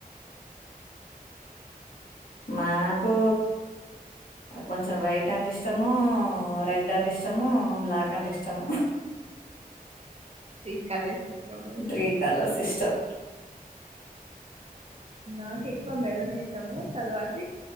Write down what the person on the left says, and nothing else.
మా పూ కొంచెం వైట్ అంటే ఇష్టము రెడ్ అంటే ఇష్టము బ్లాక్ అంటే ఇష్టము
త్రీ కలర్స్ ఇష్టం